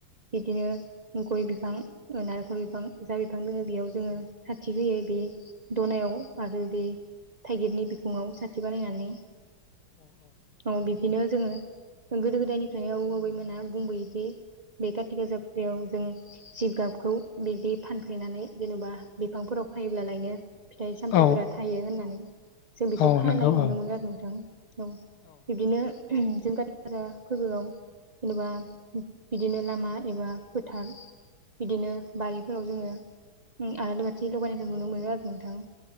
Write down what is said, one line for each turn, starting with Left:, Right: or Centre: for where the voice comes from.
Right: बिदिनो गय बिफां नारेंखल बिफां जा बिफां दङ बेयाव जोङो साथि होयो बे दनायाव आरो बे थाइगिरनि ब बिखङाव साथि बानायनानै औ बिबदिनो जोङो गोदो गोदायनिफ्रायनो आबौ आबैमोना बुंबोदि बे कति गाजा पुजायाव जों जिगाबखौ बिदि फानफ्रेनानै जेन'बा बिफांफोराव खायोब्लालायनो फिथाइ सामथायाइफोरा
Left: औ
Right: थायो होननानै। जों बेखौ
Left: औ
Right: खानाय
Left: नंगौ
Right: नुनो
Left: औ
Right: मोनो आरो नोंथां। औ बिब्दिनो जों काति आरो फोरबोआव जेन'बा बिदिनो लामा एबा फोथार बिदिनो बारिफोराव जोङो आलारि बाथि लगायनायखौ नुनो मोनो आरो नोंथां।